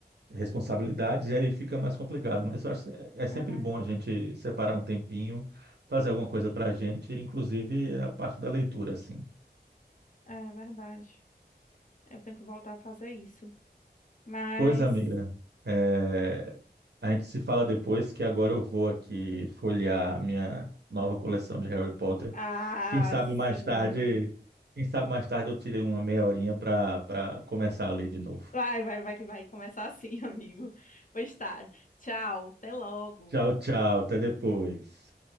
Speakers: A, on the right; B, on the left.
A: responsabilidades e aí fica mais complicado. Mas eu acho que é é sempre
B: Ah,
A: bom a gente separar um tempinho, fazer alguma coisa para a gente, inclusive a parte da leitura, assim.
B: é é verdade. Eu tenho que voltar a fazer isso. Mas,
A: Pois, amiga, é, a gente se fala depois que agora eu vou aqui folhear minha nova coleção de Harry Potter.
B: ah,
A: Quem sabe mais
B: sim.
A: tarde, quem sabe mais tarde eu tirei uma meia horinha para para começar a ler de novo.
B: Vai, vai, vai que vai começar assim, <laughs> amigo. Pois tá. Tchau, até logo.
A: Tchau, tchau, até depois.